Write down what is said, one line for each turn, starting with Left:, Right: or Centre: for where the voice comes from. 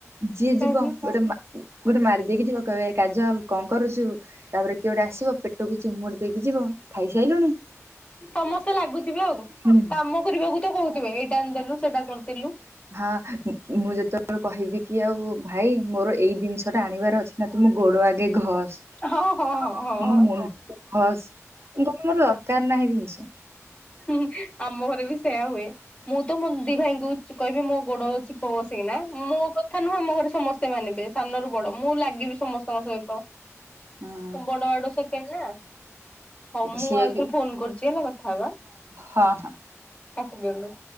Right: ଯିଏ
Left: କାହିଁକି
Right: ଯିବ ଗୋଟେ ମା ଗୋଟେ ମାରିଦେକି ଯିବ କହିବ ଏ କାଜଲ କଣ କରୁଛୁ। ତାପରେ କିଏ ଗୋଟେ ଆସିବ ପେଟକୁ ଚିମୁଡି ଦେଇକି ଯିବ। ଖାଇସାଇି ଲୁଣି?
Left: ସମସ୍ତେ ଲାଗୁଥିବେ ଆଉ।
Right: ହୁଁ
Left: କାମ କରିବାକୁ ତ କହୁଥିବେ ଏଇଟା ଆଣିଦେଲୁ ସେଟା କରିଦେଲୁ?
Right: ହଁ ମୁଁ ଯେତେବେଳେ କହିବି କି ଆଉ ଭାଇ ମୋର ଏଇ ଜିନିଷ ଟେ ଆଣିବାର ଅଛି ନା ତୁମ ଗୋଡ ଆଗେ ଘସ
Left: ହଁ ହଁ ହଁ ହଁ।
Right: ମୋ ମୁଣ୍ଡ ହସ୍ କଣ ମୋର ଦରକାର ନାହିଁ ଜିନିଷ।
Left: ହୁଁ ହୁଁ ଆମ୍ବ ଘରେ ବି ସେୟା ହୁଏ। ମୁଁ ତ ମୋ ଦି ଭାଇଙ୍କୁ କହିବି ମୋ ଗୋଡଚିପ ବସିକିନା ମୋ କଥା ନୁହଁ ଆମ ଘରେ ସମସ୍ତେ ମାନିବେ। ସାନରୁୁ ବଡ ମୁଁ ଲାଗିବି ସମସ୍ତଙ୍କ ସହିତ
Right: ହଁ
Left: ବଡ ଆଡୁ ସେକେଣ୍ଡ ନା। ହଁ ମୁଁ
Right: ସିଏ
Left: ଆଉ
Right: ବି
Left: ଥରେ ଫୋନ କରୁଚି ହେଲା କଥା ହବା?
Right: ହଁ ହଁ।
Left: ତାକୁ ଦେଲୁ।